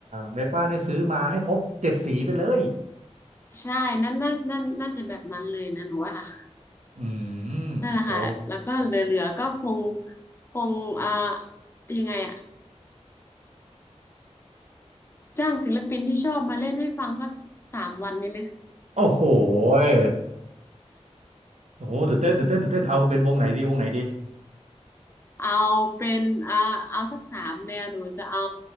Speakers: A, on the right; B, on the left.
A: เวป้าเนี่ยซื้อมาให้ครบเจ็ดสีไปเลย
B: ใช่นั่นน่าน่าน่าจะแบบนั้นเลยนะหนูว่าค่ะ
A: อืมโอ้
B: นั่นแหละค่ะแล้วก็เหลือๆก็คงคงอ่ายังไงอะจ้างศิลปินที่ชอบมาเล่นให้ฟังสักสามวันนี้ไหมคะ
A: โอ้โหยโอ้โหตื่นเต้นตื่นเต้นตื่นเต้นเอาเป็นวงไหนดีวงไหนดี
B: เอาเป็นอ่าเอาสักสามแนวหนูจะเอา